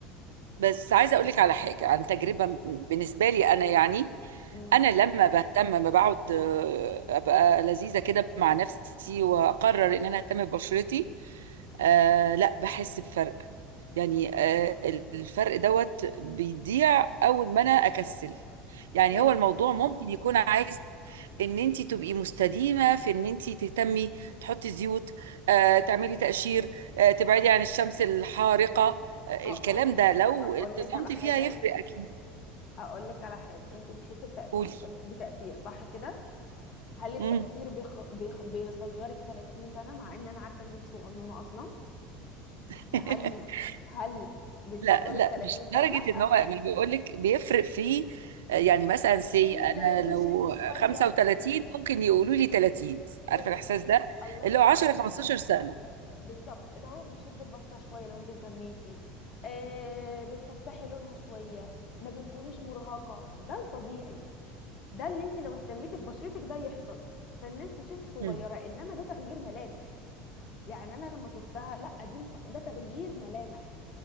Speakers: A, on the right; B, on the left.
A: بس عايزه اقول لك على حاجه عن تجربه م- بالنسبه لي انا يعني
B: امم
A: انا لما بهتم لما بقعد آه، ابقى لذيذه كده مع نفسي واقرر ان انا اهتم ببشرتي آه لا بحس بفرق يعني آه الفرق دوت بيضيع اول ما انا اكسل يعني
B: حلو
A: هو الموضوع ممكن يكون عايز ان انت تبقي مستديمه في ان انت تهتمي تحطي زيوت آه تعملي تقشير آه تبعدي عن الشمس الحارقه الكلام
B: اقول لك
A: ده لو
B: اقول
A: التزمتي
B: لك على حاجه
A: فيها هيفرق اكيد
B: اقول لك على حاجه انت بتحسي بتأفي...
A: قولي
B: بتاثير صح كده هل التأثير
A: امم
B: بيخ... بيخ... بيصغرك 30 سنة مع ان انا عارفة ان انت صغنونة اصلا بس
A: <laughs>
B: هل هل بيصغرك
A: لا لا
B: 30
A: مش
B: سنة
A: لدرجه
B: لا
A: ان هو ما انا بقول لك بيفرق في يعني
B: بيفرق
A: مثلا سي
B: في ال...
A: انا
B: بيشد
A: لو
B: شوية
A: 35 ممكن يقولوا لي 30
B: حلو
A: عارفه الاحساس ده
B: الله
A: اللي
B: ينور
A: هو 10
B: عليك
A: 15 سنه
B: بالظبط اللي هو بيشد البشرة شوية لو انت اهتميتي آه بتفتحي لونها شوية ما بتكونيش مرهقة ده الطبيعي ده اللي انت لو اهتميتي ببشرتك ده يحصل فالناس تشوفك صغيرة
A: مم.
B: انما ده تغيير ملامح يعني انا لما شفتها لا دي مش اصلا ده تغيير ملامح